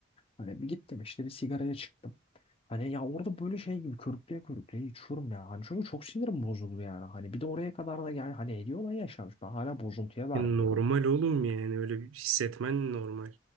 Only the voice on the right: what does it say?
Yani normal oğlum yani öyle bir hissetmen normal.